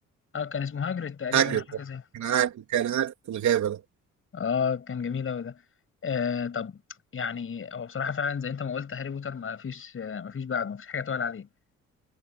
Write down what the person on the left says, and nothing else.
اه كان اسمه هاجريد تقريبا
او حاجه
زي
اه كان جميل اوي ده آه طب يعني هو بصراحه فعلا زي انت ما قلت هاري بوتر ما فيش آه ما فيش بعد ما فيش حاجه تقول عليه